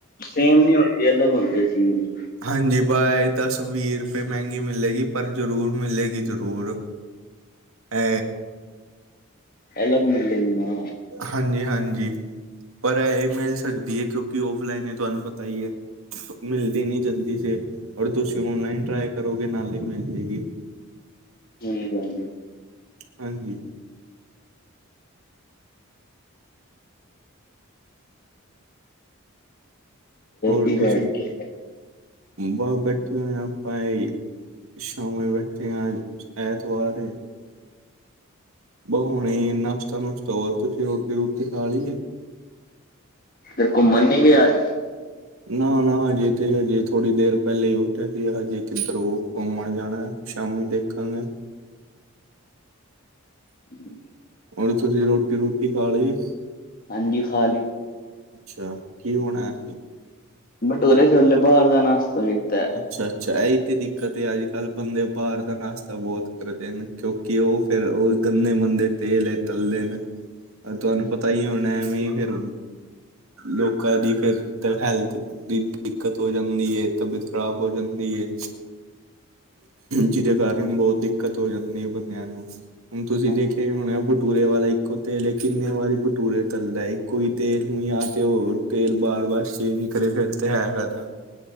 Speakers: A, on the left; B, on the right.
A: ਸੇਮ ਨੀ ਹੁੰਦੀ ਅਲੱਗ ਹੁੰਦੀ ਚੀਜ਼।
B: ਹਾਂਜੀ, ਬਾਹਏ ਦਸ-ਵੀਹ ਰੁਪਏ ਮਹਿੰਗੀ ਮਿਲੇਗੀ ਪਰ ਜ਼ਰੂਰ ਮਿਲੇਗੀ ਜ਼ਰੂਰ। ਏ
A: ਅਲੱਗ ਮਿਲੇਗੀ ਨਾ।
B: ਹਾਂਜੀ-ਹਾਂਜੀ। ਪਰ ਇਹ ਮਿਲ ਸਕਦੀ ਐ, ਕਿਉਂਕਿ ਔਫਲਾਈਨ ਏ ਤੁਹਾਨੂੰ ਪਤਾ ਹੀ ਐ ਮਿਲ ਦੀ ਨੀ ਜਲਦੀ ਸੇ, ਔਰ ਤੁਸੀਂ ਔਨਲਾਈਨ ਟਰਾਈ ਕਰੋਗੇ ਨਾਲ ਹੀ ਮਿਲ ਜੇ ਗੀ।
A: ਠੀਕ ਆ ਜੀ।
B: ਹਾਂਜੀ। ਹੋਰ
A: ਕੀ
B: ਤੁਸੀਂ,
A: ਕਰ ਰਹੇ,
B: ਬਸ ਬੈਠੇ ਹੋਏ ਹੋ ਆਪਾਂ ਏ ਈ ਸ਼ਾਮੇ ਬੈਠੇ ਐ ਆਜ ਐਤਵਾਰ ਐ। ਬ ਹੁਣੇ ਨਾਸ਼ਤਾ-ਨੂਸ਼ਤਾ ਹੋਰ, ਤੁਸੀਂ ਰੋਟੀ-ਰੂਟੀ ਖਾ ਲਈ ਲੀ ਐ।
A: ਫੇਰ ਕੁਮਨ ਨਈ ਗਏ ਅਜ?
B: ਨਾ-ਨਾ, ਹਜੇ ਤੇ ਹਜੇ ਥੋੜੀ ਦੇਰ ਪਹਿਲੇ ਹੀ ਉੱਠੇ ਸੀ ਹਜੇ ਕਿੱਧਰੋਂ ਕੁਮਨ ਜਾਣਾ। ਸ਼ਾਮੀ ਦੇਖਾਂਗੇ।
A: <inaudible>
B: ਔਰ, ਤੁਸੀਂ ਰੋਟੀ-ਰੂਟੀ ਖਾ ਲਈ।
A: ਹਾਂਜੀ, ਖਾ ਲੀ।
B: ਅੱਛਾ, ਕੀ ਬਣਾਇਆ।
A: ਬਟੂਰੇ ਛੋਲੇ ਬਾਹਰ ਦਾ ਨਾਸ਼ਤਾ ਕੀਤਾ।
B: ਅੱਛਾ-ਅੱਛਾ, ਇਹੀ ਤੇ ਦਿੱਕਤ ਏ, ਅੱਜ ਕੱਲ੍ਹ ਬੰਦੇ ਬਾਹਰ ਦਾ ਨਾਸ਼ਤਾ ਬਹੁਤ ਕਰਦੇ ਨੇ। ਕਿਉਕਿ ਉਹ ਫੇਰ ਉਹ ਗੰਦੇ-ਮੰੰਦੇ ਤੇਲ ਇੰਚ ਤਲਦੇ ਨੇ।
A: ਹਾਂਜੀ
B: ਤੁਹਾਨੂੰ ਪਤਾ ਹੀ ਹੋਣਾ, ਐਵੇਂ ਫੇਰ ਲੋਕਾਂ ਦੀ ਫੇਰ ਤਾਂ ਹੈਲਥ ਦੀ ਦਿੱਕਤ ਹੋ ਜਾਂਦੀ ਐ ਤਬੀਅਤ ਖਰਾਬ ਹੋ ਜਾਂਦੀ ਐ। ਜਿਹਦੇ ਕਾਰਨ ਬਹੁਤ ਦਿੱਕਤ ਹੋ ਜਾਂਦੀ ਐ ਬੰਦਿਆਂ ਨੂੰ ਹੁਣ ਤੁਸੀਂ
A: ਹਾਂਜੀ
B: ਦੇਖਿਆ ਈ ਹੋਣਾ ਬਟੂਰੇ ਵਾਲਾ ਈ ਇੱਕੋ ਤੇਲ ਕਿੰਨੇ ਵਾਰੀ ਬਟੂਰੇ ਤਲਦਾ ਏ, ਇੱਕੋ ਤੇਲ ਨੂੰ ਆ ਤੇ ਹੋ ਤੇਲ ਬਾਰ-ਬਾਰ ਸੇਮ ਈ ਤੁਰੇ ਫੇਰ ਤੇ ਐ ਫੈਦਾ।